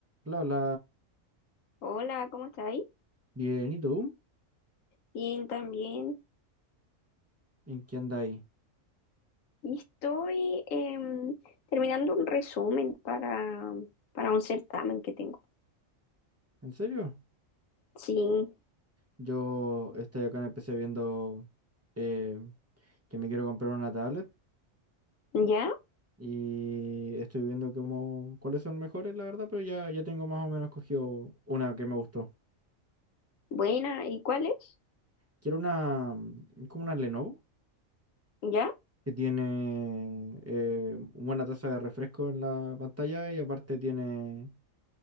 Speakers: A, on the right (about 20°); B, on the left (about 80°).
A: Hola, hola.
B: Hola, ¿cómo estáis?
A: Bien, ¿y tú?
B: Bien, también.
A: ¿En qué andáis?
B: Y estoy em, terminando un resumen para, para un certamen que tengo.
A: ¿En serio?
B: Sí,
A: Yo estoy acá en el PC viendo eh, que me quiero comprar una tablet
B: ya,
A: y estoy viendo como cuáles son mejores, la verdad, pero ya, ya tengo más o menos cogido una que me gustó.
B: buena. ¿Y cuál es?
A: Quiero una, mm, como una Lenovo,
B: ¿Ya?
A: que tiene eh, buena tasa de refresco en la pantalla y aparte tiene